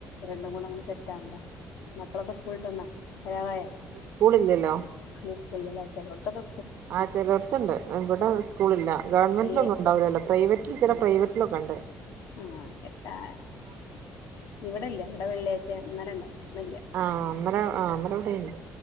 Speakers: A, on the left (about 80°); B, on the right (about 60°).
A: രണ്ട് കൂടെ അങ്ങനെ സെറ്റാ വണ്ടെ? മക്കളൊ ക്കെ സ്കൂള് വിട്ട് വന്നോ? വരാറായോ?
B: ഇന്ന് സ്കൂളില്ലല്ലോ
A: ഇന്ന് സ്കൂളില്ല ലെ ചെലോടത്തെക്കേ
B: ആഹ്, ചെലോട്ത്തുണ്ട്. ഇവിടെ സ്കൂളില്ല. ഗവൺമെന്റിലൊന്നും
A: വെള്ളി
B: ഉണ്ടാവില്ല ല്ലോ? പ്രൈവറ്റിൽ, ചെല പ്രൈവറ്റിലൊക്കെ ഉണ്ട്. ആ
A: ആഹ്, എട്ടാ ഇവിടെ ല്ല, ഇവിടെ വെള്ളിയാഴ്ച ഇന്നലെ ഉണ്ടായിരുന്നു. ഇന്നില്ല.
B: ആഹ്, ഇന്നലെ ആഹ്, ഇന്നലെ ഇവിടെ ണ്ട്.